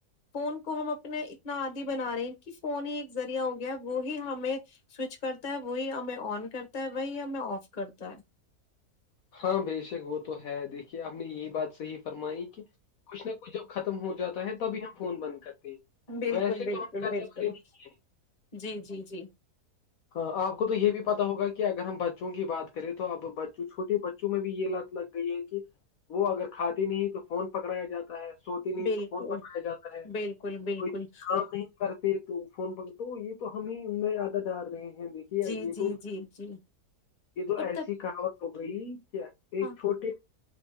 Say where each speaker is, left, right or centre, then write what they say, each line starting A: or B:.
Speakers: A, on the left; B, on the left.
A: فون کو ہم اپنے اتنا آدی بنا رہے ہیں کہ فون ہی ایک ذریعہ ہو گیا وہ ہی ہمیں سوئچ کرتا ہے وہی ہمیں آن کرتا ہے وہی ہمیں آف کرتا ہے
B: ہاں بے شک وہ تو ہے دیکھیے آپ نے یہی بات صحیح فرمائی کہ کچھ نہ کچھ جب ختم ہو جاتا ہے تبھی ہم فون بند کرتے ہیں
A: بالکل
B: ویسے
A: بالکل
B: تو ہم کرنے
A: بالکل
B: والے نہیں ہیں
A: جی جی جی
B: ہاں آپ کو تو یہ بھی پتا ہوگا کہ اگر ہم بچوں کی بات کریں تو اب بچوں چھوٹے بچے بچوں میں بھی یہ لات لگ گئی ہے کہ وہ اگر کھاتی نہیں تو فون پکڑایا جاتا ہے سوتی نہیں
A: بالکل
B: تو فون پکڑا یا جاتا ہے
A: بالکل بالکل
B: کوئی کام نہیں کرتے تو فون پر کر یہ تو ہم ہی ان میں عادت ڈار رہے ہیں دیکھ یہ
A: جی جی
B: تو
A: جی جی
B: یہ تو
A: اور
B: ایسی
A: تب
B: کہاوت ہو گئی کیا ایک
A: ہاں
B: چھوٹے